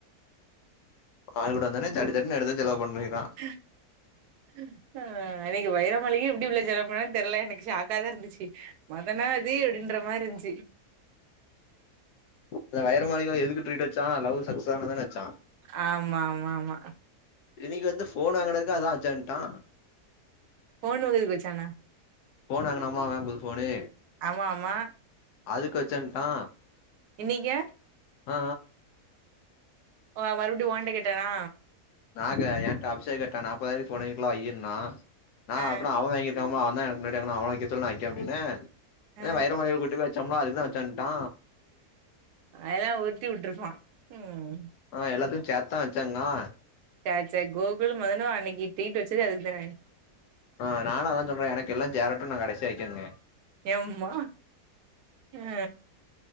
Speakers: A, on the left (about 80°); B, on the right (about 80°).
A: ஆள்கூட வந்தானே சட்டு சட்டுனு எடுத்து செலவு பண்ணிர்க்கா
B: <inaudible> ஆ அன்னைக்கு வைரமலைிகையு எப்படி உள்ள ஜலம்ண்னு தெரல எனக்கு சாக்காதா இருந்துச்சு மதனா அது அப்படின்ற மாரிருந்துச்சு
A: அந்த வைர மாளிகைள எதுக்கு ட்ரீட் வச்சா லவ் சக்சஸ் ஆனதான வச்சா
B: ஆமா ஆமா ஆமா
A: இன்னைக்கு வந்து போன் வாங்கினதுக்கு அதா அர்ஜென்ட்டா
B: ஓனர் எதுக்கு வச்சாங்க
A: போன்ங்கினமா வேம்புது போனு
B: ஆமா ஆமா
A: அதுக்கு வச்சன்ட்டா
B: இனனைங்க
A: ஆ
B: ஆ மறுபடியு ஓன்ட கேட்டானா
A: நா க என்க அபஷே கேட்டா நாற்பதாயிரக்கு போனலா ஐயனா நா
B: ஆ
A: அப்பற அவ வாங்கி ஆமா அவன்தா எனக்கு முன்னாடி எறங்குனா அவ வைக்க சொல்லு நா வைக்கிறே அப்பின்னே
B: ஆ
A: எ வைர மலை கூட்டு போய் சம்பா அதுக்குதா வச்சண்ட்டா
B: அதல்லா உத்தி விட்டுருப்பா ம்
A: ஆ எல்லாத்தையு சேத்தா வச்சாங்கா
B: ச ச கோகுலு மதனு அன்னைக்கு டீட்டு வச்சதே அதுக்கு தானே
A: ஆ நானா அதா சொல்றே எனக்கு எல்லா சேரட்டு நாங் கடைசியா வைக்கேங்க
B: எம்மா ஆ